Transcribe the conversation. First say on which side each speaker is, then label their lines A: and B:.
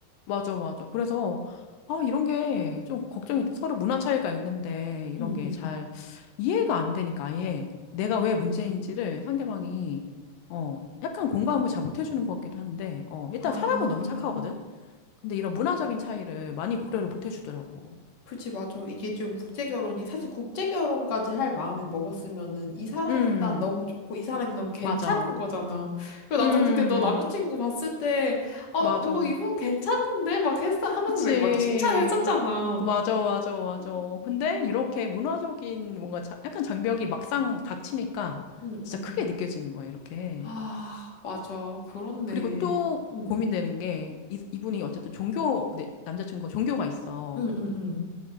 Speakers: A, on the left; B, on the left.
A: 맞아, 맞아. 그래서, 아, 이런 게 좀 걱정이, 서로 문화 차이가 있는데, 이런
B: 응,
A: 게
B: 응.
A: 잘 이해가 안 되니까, 아예 내가 왜 문제인지를 상대방이, 어, 약간 공감을 잘 못 해주는 것 같기도 한데, 어, 일단
B: 아.
A: 사람은 너무 착하거든? 근데 이런 문화적인 차이를 많이 고려를 못 해주더라고.
B: 그치, 맞아. 이게 좀 국제 결혼이, 사실 국제 결혼까지 할 마음을 먹었으면은 이 사람이
A: 음,
B: 일단 너무 좋고 이 사람이 너무 괜찮은
A: 맞아.
B: 거잖아. 그리고
A: 음,
B: 나도 그때 너 남자친구 봤을 때, 어,
A: 맞아.
B: 뭐 이분 괜찮은데? 막 했어 하면서
A: 그치.
B: 내가 막 칭찬했었잖아.
A: 맞아, 맞아, 맞아.
B: 음, 음.
A: 근데 이렇게 문화적인 뭔가 자- 약간 장벽이 막상 닥치니까
B: 응,
A: 진짜
B: 응,
A: 크게
B: 응.
A: 느껴지는 거야, 이렇게.
B: 아, 맞아. 그렇네.
A: 그리고 또
B: 응,
A: 고민되는 게 이, 이분이 어쨌든 종교, 네, 남자친구가 종교가 있어.
B: 응, 응, 응,